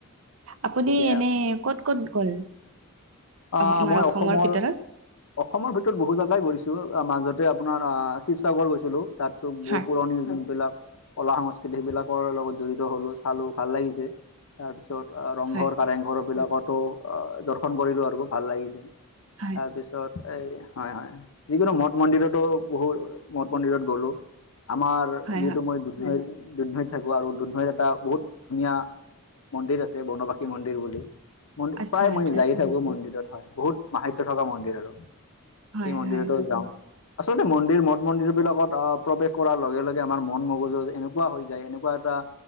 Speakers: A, on the right; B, on the left.
A: আপুনি
B: গতিকে
A: এনে ক'ত-ক'ত গ'ল?
B: অ',
A: আমাৰ
B: মই অসমৰ
A: ভিতৰত
B: অসমৰ ভিতৰত বহু জেগাই গৈছোঁ মাজতে আপোনাৰ শিৱসাগৰ গৈছিলোঁ তাতো বহুত
A: হয়
B: পুৰণি যোনবিলাক কলা সংস্কৃতি সেইবিলাকৰ লগত জড়িত হলো চালো ভাল লাগিছে তাৰপিছত ৰংঘৰ
A: হয়
B: কাৰেংঘৰবিলাকতো দৰ্শন কৰিলো আৰু ভাল লাগিছে
A: হয়
B: তাৰপিছত এই হয় হয় যিকোনো মঠ মন্দিৰতো বহু মঠ মন্দিৰত গ'লোঁ আমাৰ
A: হয়
B: যিহেতু
A: হয়
B: মই দুধনৈত দুধনৈত থাকো আৰু দুধনৈত এটা বহুত ধুনীয়া মন্দিৰ আছে বনবাসী মন্দিৰ বুলি মোৰ
A: আচ্ছা
B: প্ৰায় মই
A: আচ্ছা
B: যায় থাকোঁ মন্দিৰত হয় বহুত মাহাত্য থকা মন্দিৰ আৰু
A: হয়
B: এই মন্দিৰতো
A: হয়
B: যাওঁ আচলতে মন্দিৰ মঠ মন্দিৰবিলাকত প্ৰৱেশ কৰাৰ লগে লগে আমাৰ মন মগজু এনেকুৱা হৈ যায় এনেকুৱা তা